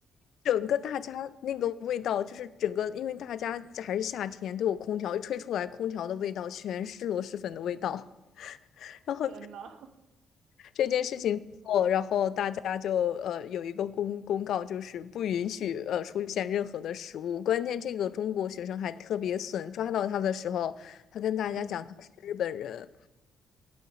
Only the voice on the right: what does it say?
天呐，
<laughs> 嗯。